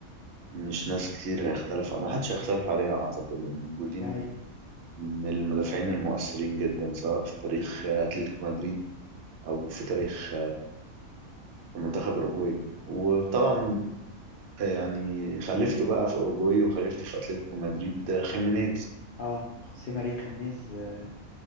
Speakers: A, on the right (about 65°); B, on the left (about 80°).
A: مش ناس كتير هيختلف ما حدش هيختلف عليها اعتقد لان جودين
B: ده حقيقي
A: من المدافعين المؤثرين جدا سواء في تاريخ آه، اتلتيكو مدريد او في تاريخ منتخب اوروجواي وطبعا آه، يعني خلفته بقى في اوروجواي وخلفته في اتلتيكو مدريد آه، خيمينيز
B: اه خوسيه ماريا خيمينيز آه،